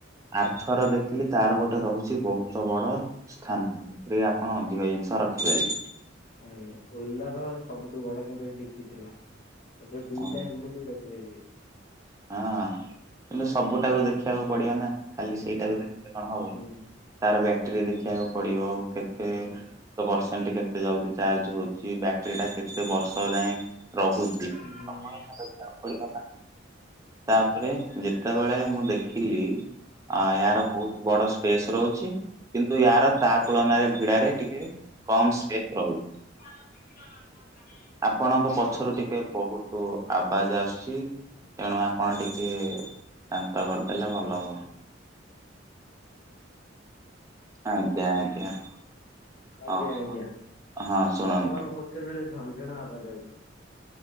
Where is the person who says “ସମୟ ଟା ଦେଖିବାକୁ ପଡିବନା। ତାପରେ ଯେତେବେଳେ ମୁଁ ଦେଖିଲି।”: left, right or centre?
Right